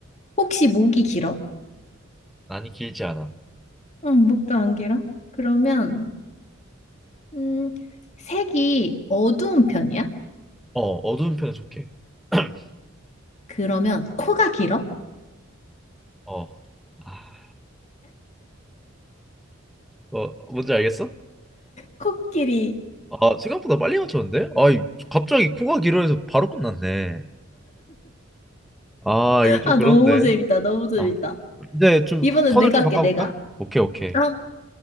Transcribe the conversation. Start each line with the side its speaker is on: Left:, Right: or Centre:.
Left: 혹시 목이 길어?
Centre: 난이 길지 않아.
Left: 응, 목도 안 길어. 그러면, 음, 색이 어두운 편이야?
Centre: 어, 어두운 편에 속해. <clears throat>
Left: 그러면 코가 길어?
Centre: 어. 아, 어, 뭔지 알겠어?
Left: 코끼리.
Centre: 아, 생각보다 빨리 맞췄는데? 아, 이- 갑자기 코가 길어져서 바로 끝났네. 아, 이거 좀
Left: 아,
Centre: 그런데.
Left: 너무 재밌다. 너무 재밌다.
Centre: 아. 이제 좀
Left: 이번엔
Centre: 턴을
Left: 내가
Centre: 좀
Left: 할게,
Centre: 바꿔볼까?
Left: 내가.
Centre: 오케이, 오케이.
Left: 아,